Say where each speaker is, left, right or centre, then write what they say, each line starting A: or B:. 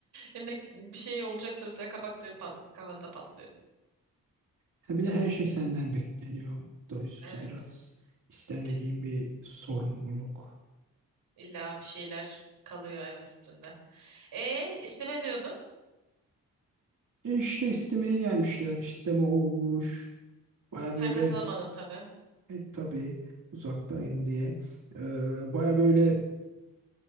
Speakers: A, on the right (about 85°); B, on the right (about 55°).
A: Ne, bir şey olacaksa mesela kabak senin pa- kafanda patlıyor.
B: Ha, bir de her şey senden bekleniyor. O da üstü
A: Evet
B: biraz istemediğim
A: kesinlikle.
B: bir sorumluluk.
A: İlla bir şeyler kalıyor evet üstünde. E isteme diyordun.
B: E işte istemeye gelmişler. İsteme olmuş. Baya
A: Sen
B: böyle
A: katılamadın tabii.
B: e, tabii uzaktayım diye. Ee, baya böyle